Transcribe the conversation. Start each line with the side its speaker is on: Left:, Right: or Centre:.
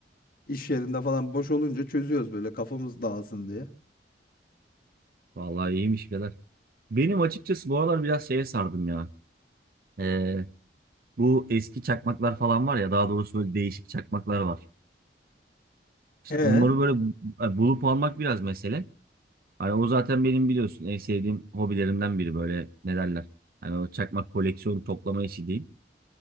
Left: İş yerinde falan boş olunca çözüyoruz böyle kafamız dağılsın diye.
Right: Vallahi iyiymiş birader. Benim açıkçası bu aralar biraz şeye sardım ya. Ee, bu eski çakmaklar falan var ya. Daha doğrusu böyle değişik çakmaklar var. İşte
Left: E
Right: onları böyle bu- e, bulup almak biraz mesele. Hani o zaten benim biliyorsun en sevdiğim hobilerimden biri böyle ne derler. Hani o çakmak koleksiyonu toplama işi diyeyim.